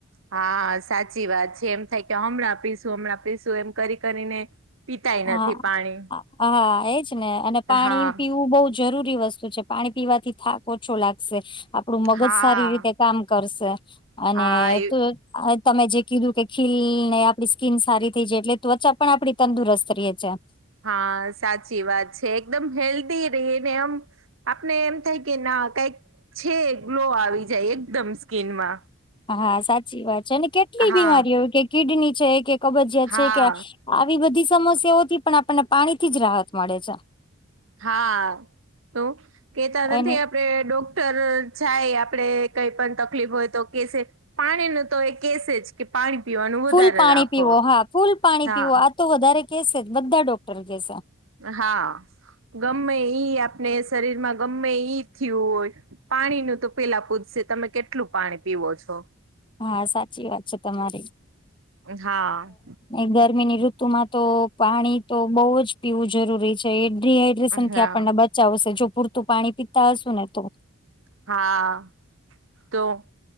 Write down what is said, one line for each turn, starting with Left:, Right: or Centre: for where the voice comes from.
Right: હા સાચી વાત છે. એમ થાય કે, હમણાં પીશું હમણાં પીશું એમ કરી કરીને પીતાય
Left: હા
Right: નથી પાણી
Left: હા એજ ને અને પાણી
Right: હા
Left: પીવું બહું જરૂરી વસ્તુ છે. પાણી પીવાથી થાક ઓછો લાગશે આપડું મગજ
Right: હા
Left: સારી રીતે કામ કરશે અને
Right: હા એ
Left: તો તમે જે કીધું કે ખીલ ને આપડી સ્કીન સારી થઈ જાય એટલે ત્વચા પણ આપડી તંદુરસ્ત રયે છે.
Right: હા સાચી વાત છે. એકદમ હેલ્ધી રે ને આમ આપને એમ થાય કે ના કાંઈક છે ગ્લો આવી જાય એકદમ સ્કીનમાં
Left: હા સાચી વાત છે. અને કેટલીય
Right: હા
Left: બીમારીઓ એવી કે કિડની છે કે કબજિયાત
Right: હા
Left: છે કે આવી બધી સમસ્યાઓથી પણ આપણને પાણીથી જ રાહત મળે છે.
Right: હા તો કેતા નથી
Left: અને
Right: આ આપડે ડોક્ટર જાય આપડે કંઈ પણ તકલીફ હોય તો કેશે પાણીનું તો એ કેશે જ કે પાણી પીવાનું વધારે
Left: ફૂલ પાણી
Right: રાખો
Left: પીવો હા. ફૂલ પાણી
Right: હા
Left: પીવો. આ તો વધારે કેશે જ બધા ડોક્ટર કેશે.
Right: હા ગમ્મે ઈ આપને શરીરમાં ગમ્મે ઈ થ્યું હોય પાણીનું તો પેલા પૂછશે. તમે કેટલું પાણી પીવો છો?
Left: હા સાચી વાત છે તમારી.
Right: હા
Left: એ ગરમીની ઋતુમાં તો પાણી તો બહુ જ પીવું જરૂરી છે. એ જ ડિહાઈડ્રેશનથી
Right: હા
Left: આપણને બ ચાવશે જો પુરતું પાણી પીતા હશુ ને તો
Right: હા. તો?